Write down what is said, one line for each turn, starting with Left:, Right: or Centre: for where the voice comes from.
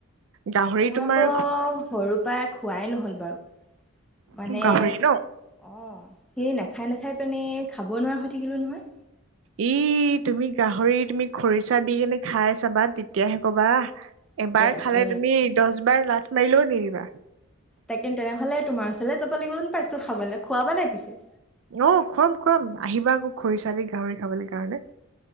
Right: গাহৰি
Centre: মোৰ
Right: তোমাৰ
Centre: আকৌ সৰু পাই খোৱাই নহ'ল বাৰু মানে
Right: গাহৰি ন
Centre: অ সেই নাখায় নাখাই পেনে খাব নোৱাৰা হৈ থাকিলো নহয়
Right: ই তুমি গাহৰি তুমি খৰিচা দি কেনে খাই চাবা তেতিয়াহে কবা
Centre: তাকে
Right: এবাৰ
Centre: তাকে
Right: খালে তুমি দহ বাৰ লাত মাৰিলেও নেৰিবা
Centre: তাকেন তেনেহ'লেত তোমাৰ ওচৰ যাব লাগিব যেন পাইছো খাবলৈ খোৱাবা নাই পিছে
Right: অ খুৱাম খুৱাম আহিবা আকৌ খৰিচা দিি গাহৰি খাবলৈ কাৰণে